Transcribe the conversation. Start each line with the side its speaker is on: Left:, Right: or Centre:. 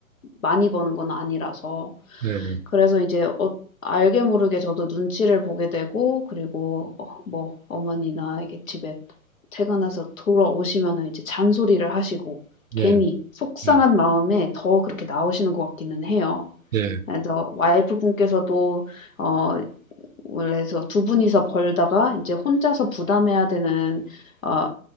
Left: 많이 버는 건 아니라서
Right: 네,
Left: 그래서 이제 어- 알게 모르게 저도 눈치를 보게 되고 그리고 어, 뭐 어머니나 이게 집에 퇴근해서 돌아오시면은 이제 잔소리를 하시고
Right: 네,
Left: 괜히 속상한
Right: 네,
Left: 마음에 더 그렇게 나오시는 것 같기는 해요.
Right: 네.
Left: 그래서 와이프 분께서도 어 원래서 두 분이서 벌다가 이제 혼자서 부담해야 되는 어,